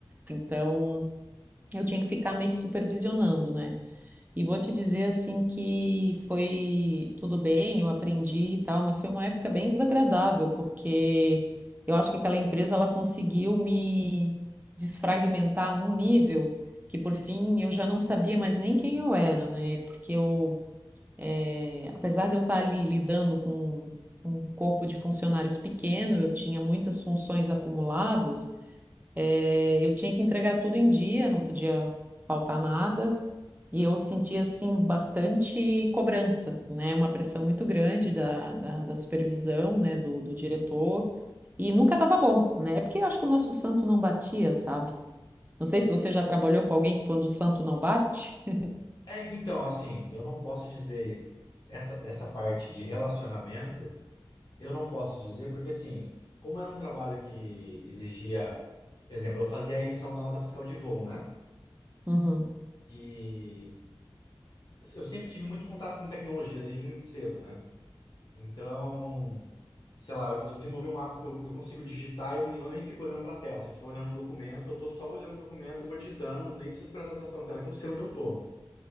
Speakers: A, on the right (about 20°); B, on the left (about 50°).
A: Então eu tinha que ficar meio que supervisionando, né? E vou te dizer assim que foi tudo bem, eu aprendi e tal, mas foi uma época bem desagradável, porque eu acho que aquela empresa ela conseguiu me desfragmentar num nível que por fim eu já não sabia mais nem quem eu era, né? Porque eu, eh, apesar de eu estar ali lidando com um corpo de funcionários pequeno, eu tinha muitas funções acumuladas, eh, eu tinha que entregar tudo em dia, não podia faltar nada. E eu senti, assim, bastante cobrança, né? Uma pressão muito grande da, da, da supervisão, né? Do, do diretor. E nunca estava bom, né? É porque eu acho que o nosso santo não batia, sabe? Não sei se você já trabalhou com alguém que quando o santo não bate. <laughs>
B: é, então, assim, eu não posso dizer essa, essa parte de relacionamento, eu não posso dizer porque assim, como era um trabalho que exigia, exemplo, eu fazia a emissão da nota fiscal de voo, né?
A: Uhum,
B: E eu sempre tive muito contato com tecnologia, desde muito cedo, né? Então, sei lá, eu eu desenvolvi um hábito que eu, eu consigo digitar e eu, não, eu nem fico olhando para a tela. Se eu estiver olhando um documento, eu tô só olhando o documento e vou digitando, nem preciso prestar atenção na tela, que eu sei onde eu tô.